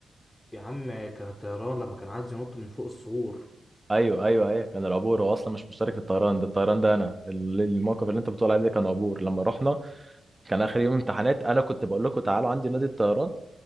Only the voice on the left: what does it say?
يا عم كان الطيران لما كان عايز ينط من فوق السور